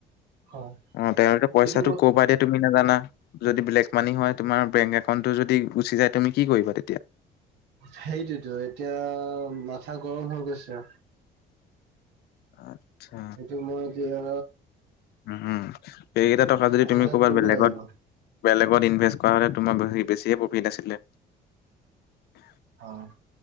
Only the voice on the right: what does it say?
হয়
এইটো মই
সেইটোতো এতিয়া মাথা গৰম হৈ গৈছে
সেইটো মই এতিয়া
ডিলেট
কৰিব
লাগিব
হয়